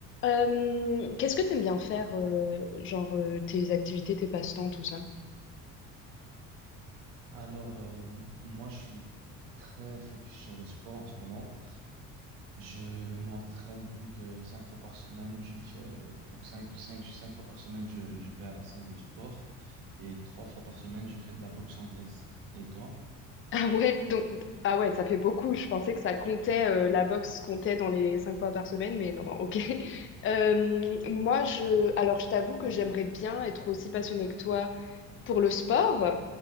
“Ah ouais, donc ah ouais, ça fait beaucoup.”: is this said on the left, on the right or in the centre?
Left